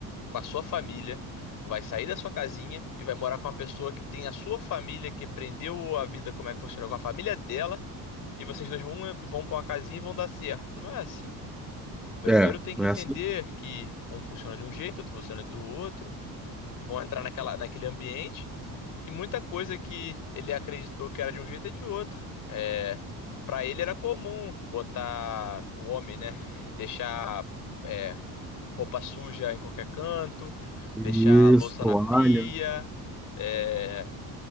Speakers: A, on the left; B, in the centre.
A: com a sua família, vai sair da sua casinha e vai morar com uma pessoa que tem a sua família, que aprendeu a vida como é que funciona com a família dela, e vocês dois vão, vão para uma casinha e vão dar certo. Não é assim. Primeiro
B: É,
A: tem que
B: não
A: entender
B: é assim.
A: que um funciona de um jeito, outro funciona do outro, vão entrar naquela, naquele ambiente e muita coisa que ele acreditou que era de um jeito é de outro. É, para ele era comum botar o homem, né? Deixar. É, roupa suja em qualquer canto,
B: Isso,
A: deixar a louça
B: toalha.
A: na pia, é,